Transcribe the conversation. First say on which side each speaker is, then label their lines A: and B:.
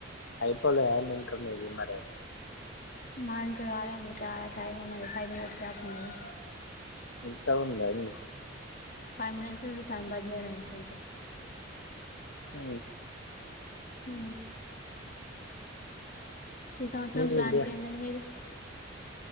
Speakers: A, on the left (about 85°); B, on the left (about 45°).
A: అయిపోలేదా అండి ఇంకా మీది మరె
B: మాది ఇంక కాలేదండి ట్యా టైమ్ ఉన్నది ఫైవ్ మినిట్స్ దాకున్నది.
A: ఎంత ఉందండి?
B: ఫైవ్ మినిట్స్ ఉంది టైమ్ బద్ జేయరా కొంచం
A: ఊ
B: ఊ ఈ సంవత్సరం
A: మీరు
B: ప్లాన్స్
A: ఇంటి
B: ఏంటండి మీవి.